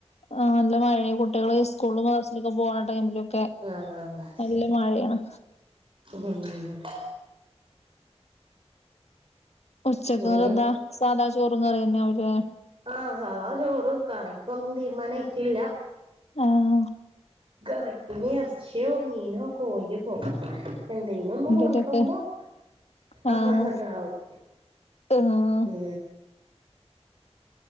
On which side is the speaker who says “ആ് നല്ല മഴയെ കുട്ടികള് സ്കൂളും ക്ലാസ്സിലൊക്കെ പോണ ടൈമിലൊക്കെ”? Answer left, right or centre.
Left